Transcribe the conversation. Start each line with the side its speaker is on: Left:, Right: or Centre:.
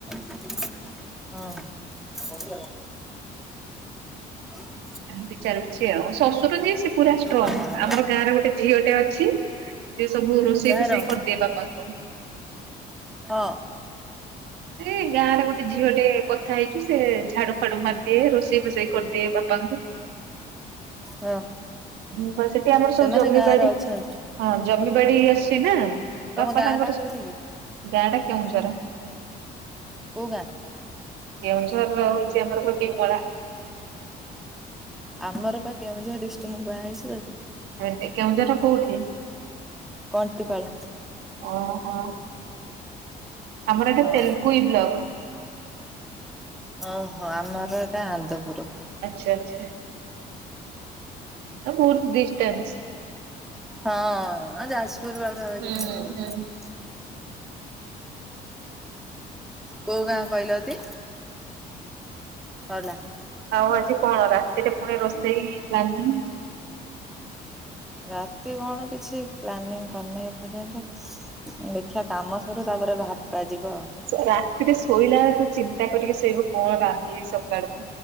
Centre: ହଁ ହଁ
Right: ଏମିତି ଚାଲିଛି ଆଉ ଶ୍ୱଶୁର ଯିଏ ସେ ପୁରା ଷ୍ଟ୍ରଙ୍ଗ
Centre: ହଁ
Right: ଆମର ଗାଁରେ ଗୋଟେ ଝିଅଟେ ଅଛି ସେ ସବୁ ରୋଷେଇ
Centre: କାର
Right: ଫୋଷେଇ କରିଦିଏ ବାପାଙ୍କୁ
Centre: ହଁ
Right: ଏଇ ଗାଁରେ ଗୋଟେ ଝିଅ ଟେ କଥା ହେଇଛୁ ସେ ଝାଡୁ ଫାଡୁ ମାରିଦିଏ ରୋଷେଇ ଫୋଷେଇ କରିଦିଏ ବାପାଙ୍କୁ
Centre: ହଁ
Right: ହୁଁ ବା ସେଠି ଆମର
Centre: ସେମାନେ
Right: ସବୁ ଜମିିବାଡି
Centre: ଗାଁ ରେ ଅଛନ୍ତି।
Right: ହଁ ଜମି ବାଡି ଅଛି ନା
Centre: ତମ
Right: ବାପା
Centre: ଗାଁ
Right: ତାଙ୍କର
Centre: ଟା କୋଉଠି
Right: ସବୁ
Centre: କି
Right: ଗାଁ ଟା କେଉଁଝର
Centre: କୋଉ ଗାଁ
Right: କେଉଁଝରର ହଉଛି ଆମର ଗୋ ବିମଳା
Centre: ଆମର ପା କେଉଁଝର ଡିଷ୍ଟିକି ମୁଁ ବାହା ହେଇଛି ତ ସେଠି
Right: ଆଉ ଏଠି କେଉଁଝର କୋଉଠି
Centre: କଣ୍ଟିପାଳ
Right: ଓହୋ ଆମର ଏଟା
Centre: ହଁ
Right: ତେଲକୋଇ ବ୍ଲକ
Centre: ଓହୋ ଆମର ଏଟା ଆନ୍ଦପୁର
Right: ଆଚ୍ଛା ଆଚ୍ଛା ବହୁତ ଡିଟେନ୍ସ <inaudible>
Centre: ହଁ ଯାଜପୁର ପାଖ
Right: ହୁଁ
Centre: କି ତମର କଥା
Right: ହୁଁ।
Centre: ହବ କୋଉ ଗାଁ କହିଲତି ସଇଲା
Right: ଆଉ ଆଜି କଣ ରାତିରେ ପୁଣି ରୋଷେଇ ହେଲାଣି
Centre: ରାତି କଣ କିଛି ପ୍ଲାନିଂ କରିନି ଏ ପର୍ଯ୍ୟନ୍ତ ଦେଖିବା କାମ ସରୁ ତାପରେ ଭାବିବା ଯିବ ଆଉ
Right: ରାତିରେ ଶୋଇଲା ବେଳୁ ଚିନ୍ତା କରିକି ଶୋଇବ କଣ ରାନ୍ଧିଵି ସକାଳୁ